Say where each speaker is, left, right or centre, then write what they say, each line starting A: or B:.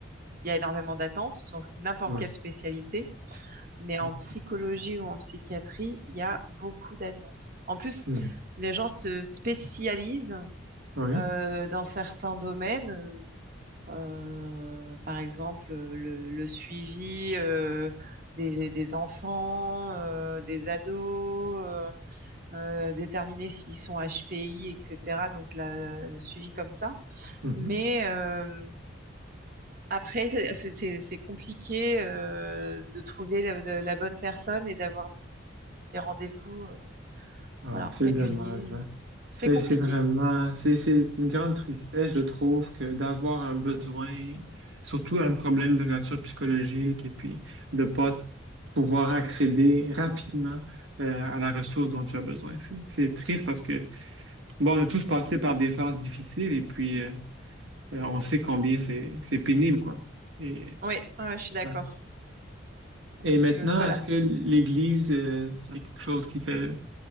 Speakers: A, on the right; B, on the right.
A: il y a énormément d'attentes sur n'importe
B: ouais,
A: quelle spécialité, mais
B: Ouais.
A: en psychologie ou en psychiatrie, il y a beaucoup d'attentes. En plus,
B: Hmm.
A: les gens se spécialisent
B: ouais,
A: euh, dans certains domaines. euh, euh, par exemple, euh, le, le suivi euh, des, des enfants, euh, des ados, euh, euh, déterminer s'ils sont HPI, etc. Donc, la- le suivi comme ça.
B: Mhm.
A: Mais euh, après, c'est c'est- c'est compliqué euh, de trouver la, la- la bonne personne et d'avoir du- des rendez-vous euh,
B: Ah,
A: voilà,
B: c'est
A: réguliers.
B: dommage, hein.
A: C'est
B: C'est
A: compliqué.
B: c'est vraiment, c'est c'est une grande tristesse, je trouve, que d'avoir un besoin, surtout un problème de nature psychologique, et puis de pas pouvoir accéder rapidement euh, à la ressource dont tu as besoin. C'est c'est triste parce que, bon, on a tous passé par des phases difficiles, et puis euh, euh, on sait combien c'est c'est pénible, quoi. Et,
A: Oui, ouais, ouais, je suis d'accord.
B: ouais. Et
A: Donc,
B: maintenant,
A: euh, voilà.
B: est-ce que l'Église, euh, c'est quelque chose qui fait